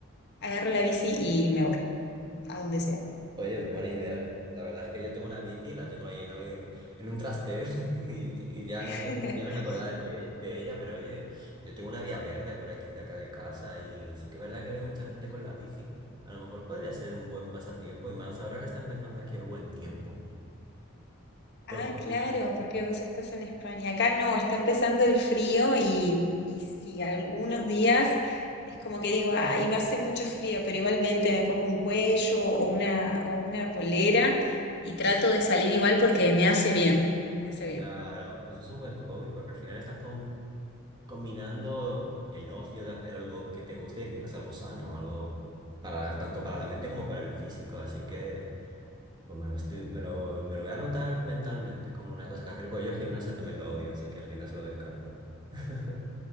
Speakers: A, on the left; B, on the right.
A: agarro la bici y me voy a donde sea.
B: Oye, es buena idea. La verdad es que yo tengo una bici, la tengo ahí en el, en un trastero <laughs> y, y ya no
A: <laughs>
B: sé, ya no me acordaba de, que- de ella, pero oye, yo tengo una vía verde por aquí cerca de casa y sí que es verdad que veo mucha gente con la bici. A lo mejor podría ser un buen pasatiempo y más ahora que está empezando aquí el buen tiempo. Porque,
A: Ah, claro, porque vos estás en España. Acá no, está empezando el frío y, y sí, algunos días es como que digo, ay, me hace mucho frío, pero igualmente me pongo un cuello o una, o una polera y trato de salir igual porque me hace bien, me hace
B: claro,
A: bien.
B: pues es un buen hobby porque al final estás con, combinando el ocio de hacer algo que te guste y encima es algo sano, algo para tanto para la mente como para el físico. Así que pues me lo estoy, me lo, me lo voy a anotar mentalmente como una cosa que hacer, porque yo el gimnasio también lo odio, así que el gimnasio lo descarto. <laughs>